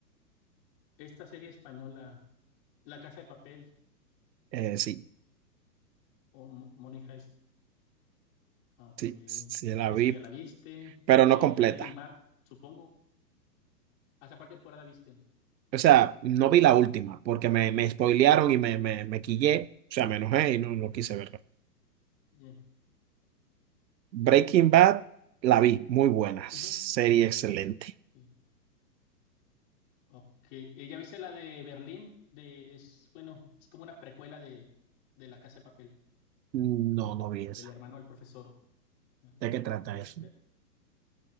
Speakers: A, on the left; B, on the right.
A: Esta serie española, La Casa de Papel
B: eh, sí,
A: o Mo- Money Heist. Ah, Ok,
B: sí, sí la
A: esa
B: vi,
A: ya la viste.
B: pero
A: Eh,
B: no completa.
A: Breaking Bad, supongo. ¿Hasta cuál temporada viste?
B: O sea, no vi la última porque me, me spoilearon y me, me, me quillé. O sea,
A: Bien,
B: me enojé y no, no quise verla.
A: bien, ok.
B: Breaking Bad la
A: Bu-
B: vi, muy buena,
A: ajá,
B: serie excelente.
A: bien, ok. Eh, ¿ya viste la de Berlín? De, es, bueno, es como una precuela de, de La Casa de Papel,
B: No, no vi
A: del
B: esa.
A: hermano del profesor. Ajá.
B: ¿De qué trata
A: Se-
B: eso?
A: te-